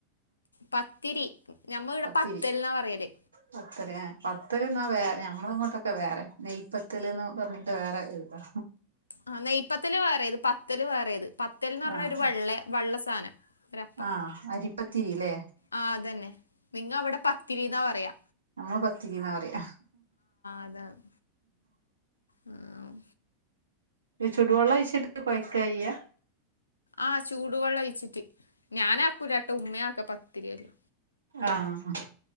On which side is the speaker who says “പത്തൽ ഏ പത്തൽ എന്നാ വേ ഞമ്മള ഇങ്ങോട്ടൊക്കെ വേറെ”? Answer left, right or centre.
Right